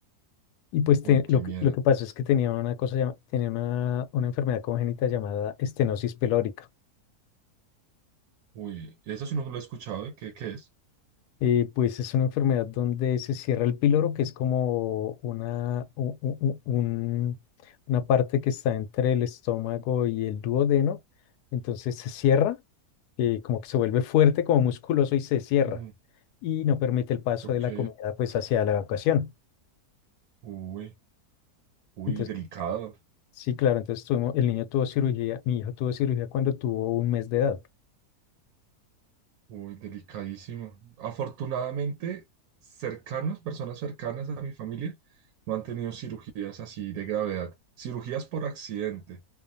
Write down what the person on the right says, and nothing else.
Uy,
qué
miedo.
Uy, eso sí no lo he escuchado, ¿eh? ¿Qué, qué es?
Ujú.
Ok,
uy, uy,
delicado.
Uy, delicadísimo. Afortunadamente, cercanos, personas cercanas a mi familia, no han tenido cirugías así de gravedad. Cirugías por accidente.